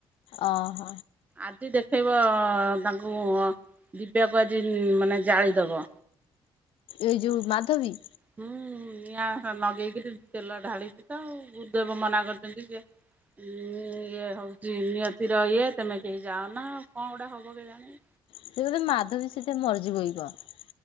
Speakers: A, on the left; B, on the right.
A: ଅ ହ।
B: ଆଜି ଦେଖେଇବ ତାଙ୍କୁ ଦିବ୍ୟାକୁ ଆଜି ମାନେ ଜାଳିଦବ।
A: ଏଇ ଯୋଉ ମାଧବୀ?
B: ହୁଁ ନିଆଁ ହଁ ଲଗେଇକିରି ତେଲ ଢାଳିଚି ତ ଆଉ ଗୁରୁଦେବ ମନା କରିଚନ୍ତି କିଏ ଉଁ ଇଏ ହଉଚି ନିଅତିର ଇଏ ତମେ କେହି ଯାଅ ନା କଣ ଗୋଟେ ହବ କେଜାଣି?
A: ସେ ବୋଧେ ମାଧବୀ ସେଠି ମରି ଯିବ କି କଣ?